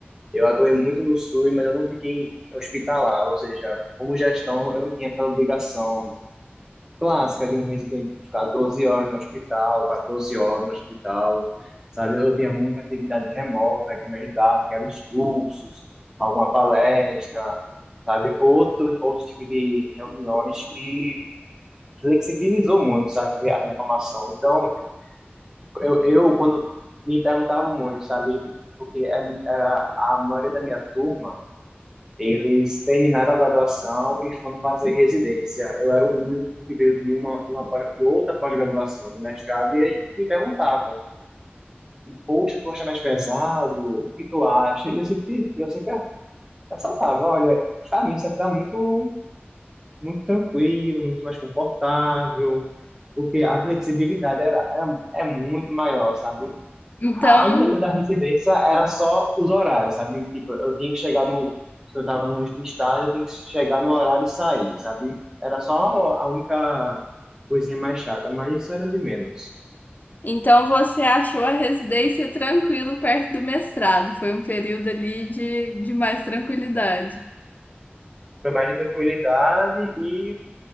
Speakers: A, on the right; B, on the left.
A: eu atuei muito no SUS, mas eu não fiquei hospitalar, ou seja, como gestão, eu não tinha aquela obrigação clássica de um residente ficar 12 horas no hospital, 14 horas no hospital, sabe? Eu tinha muita atividade remota que me ajudava, que eram os cursos, alguma palestra, sabe? Outro, outro tipo de reuniões que flexibilizou muito, sabe? A minha formação. Então, eu, eu quando me perguntavam muito, sabe? Porque é- era a maioria da minha turma, eles terminaram a graduação e foram fazer residência. Eu era o único que veio de uma, de uma pós- de outra pós-graduação, do mestrado, e aí me perguntavam: Poxa, tu acha mais pesado? O que tu acha? E eu sempre, eu sempre ressaltava: Olha, para mim isso aqui está muito, muito tranquilo, muito mais confortável, porque a flexibilidade era, era, é muito maior, sabe?
B: Então,
A: A única coisa da residência era só os horários, sabe? Tipo, eu tinha que chegar no. Se eu tava no estádio, eu tinha que chegar no horário e sair, sabe? Era só a única coisinha mais chata, mas isso era de menos.
B: então você achou a residência tranquilo perto do mestrado. Foi um período ali de, de mais tranquilidade.
A: Foi mais de tranquilidade e